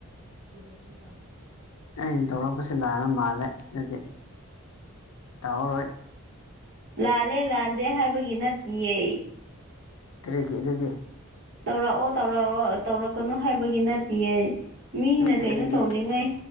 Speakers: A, on the right (about 55°); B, on the left (about 80°).
A: <inaudible>
B: ꯑꯩꯅ ꯇꯧꯔꯛꯄꯁꯤ ꯂꯥꯟꯅ ꯃꯥꯜꯂꯦ ꯑꯗꯨꯗꯤ ꯇꯧꯔꯔꯣꯏ
A: ꯂꯥꯜꯂꯦ ꯂꯥꯟꯗꯦ ꯍꯥꯏꯕꯒꯤ ꯅꯠꯇꯦꯦ
B: ꯀꯔꯤꯒꯤ ꯑꯗꯨꯗꯤ
A: ꯇꯧꯔꯛꯑꯣ ꯇꯧꯔꯛꯑꯣ ꯇꯧꯔꯛꯀꯅꯨ ꯍꯥꯏꯕꯒꯤ ꯅꯠꯇꯦꯌꯦ ꯃꯤꯅ
B: ꯑꯗꯨꯗꯤ
A: ꯀꯩꯅꯣ
B: ꯀꯔꯤꯒꯤ
A: ꯇꯧꯔꯤꯉꯩ